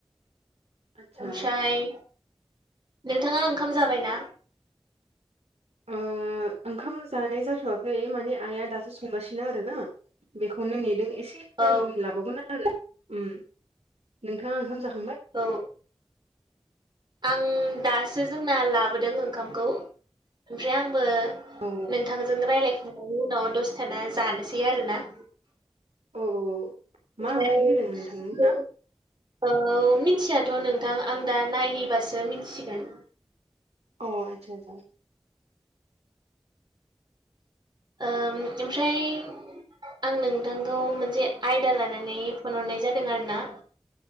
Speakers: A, on the right (about 75°); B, on the right (about 45°).
A: आदसा
B: ओमफ्राय नोंथाङा ओंखाम जाबायना?
A: ओ ओंखाम जानाय जाथ'वाखै माने आइआ दासो संगासिनो आरो ना? बेखौनो नेदों एसे
B: औ
A: टाइम लाबावगोन आरो ओम नोंथाङा ओंखाम जाखां
B: औ। आं दासो जोंना लाबोदों ओंखामखौ ओमफ्राय आंबो
A: औ
B: नोंथांजों रायलायखांनायनि उनाव दसथाना जानोसै आरोना।
A: औ औ
B: ओमफ्राय
A: मा ओंख्रि होदों नोंथांमोना?
B: औ मिथियाथ' नोंथां आं दा नायहैबासो मिथिगोन।
A: अ आतसा सा।
B: ओम ओमफ्राय आं नोंथांखौ मोनसे आयदा लानानै फन हरनाय जादों आरोना